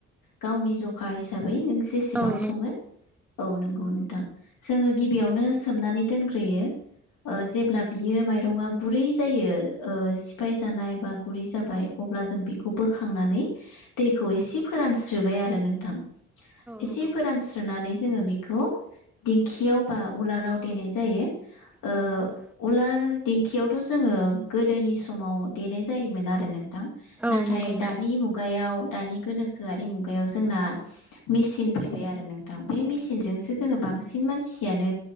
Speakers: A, on the left (about 60°); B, in the centre.
A: गावनि जखा हिसा <unintelligible> जेसेबां
B: बेसेबां
A: सङो औ नंगौ नोंथां जोङो गिबियावनो सोमनानै दोनग्रोयो जेब्ला बियो माइरङा गुरै जायो सिफाय जानाय बा गुरै जाबाय अब्ला जों बेखौ बोखांनानै दैखौ एसे फोरानस्रोबाय आरो नोंथां एसे
B: नंगौ
A: फोरानस्रोनानै जोङो बेखौ दिंखियाव बा उलाराव देनाय जायो जायो
B: औ नंगौ
A: उलार दिंखियावथ' जोङो गोदोनि समाव देनाय जायोमोन आरो नोंथां
B: औ
A: नाथाय
B: नंगौ
A: दानि मुगायाव दानि गोनोखोआरि मुगायाव जोंना मेसिन फैबाय आरो नोंथां बे मेसिनजोंसो
B: नोंथां
A: जोङो बांसिन मानसि यानो